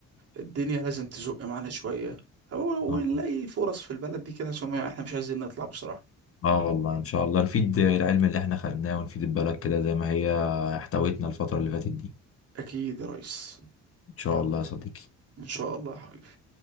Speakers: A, on the right (about 50°); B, on the left (about 45°).
A: الدنيا لازم تزق معانا شوية أو- ونلاقي
B: اه
A: فرص في البلد دي كده عشان ما- احنا مش عايزين نطلع بصراحة
B: آه والله ان شاء الله نفيد العلم اللي احنا خدناه ونفيد البلد كده زي ما هي احتوتنا الفترة اللي فاتت دي
A: أكيد يا ريس
B: ان شاء الله يا صديقي
A: إن شاء الله يا حبيبي